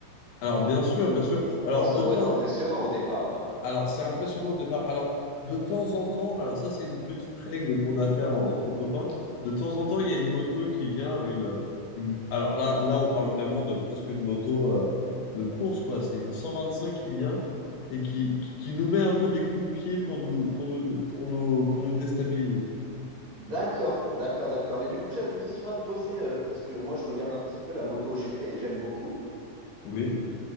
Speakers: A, on the left; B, on the right.
A: Alors, bien sûr, bien sûr. Alors,
B: Oh, ça
A: de
B: doit
A: temps
B: être impressionnant au départ. euh.
A: Alors, c'est impressionnant au départ. Alors, de temps en temps, alors ça, c'est une petite règle qu'on a fait en- entre copains. De temps en temps, il y a une moto qui vient, une, une- alors là, là, on parle vraiment de presque une moto euh, de course, quoi. C'est une 125 qui vient et qui, qui, qui nous met un peu des coups de pied pour nous, pour nous, pour nous, pour nous déstabiliser.
B: D'accord, d'accord, d'accord. Et du coup, j'avais une question à te poser, euh, parce que moi, je regarde un petit peu la moto GP, j'aime beaucoup.
A: Oui.